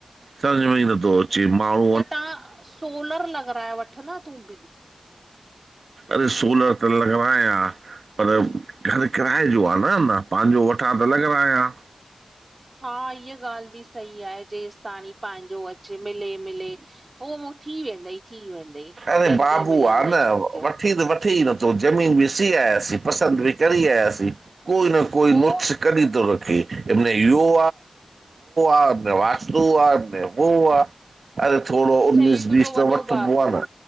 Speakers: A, on the right (about 75°); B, on the right (about 40°).
A: समझ में ई नथो अचे। जी माउ
B: त तव्हां सोलर लॻाराए वठ ना तूं बि।
A: अरे सोलर त लॻराया पर घर किराए जो आ न, न पंहिंजो वठां त लॻाराायां।
B: हा, इहा ॻाल्हि बि सही आहे जेसि ताणी पंहिंजो अचे मिले मिले। उहो थी वेंदई थी वेंदई
A: अरे
B: जल्दी
A: बाबू
B: मिलंदई
A: आहे न
B: पंहिंजो।
A: वठी त वठी ई नथो ज़मीन ॾीसी आयासीं पसंदि बि कर आयासीं कोई न कोई
B: पोइ
A: नुक्खस कढी थो रखे आहेम उहो आहेम वास्तू आहेम हूह आहे। अरे थोरो
B: अच्छा
A: उनीस
B: इहो तुंहिंजो
A: बीस त
B: वॾो
A: वठठ
B: बाबू
A: बो आहे न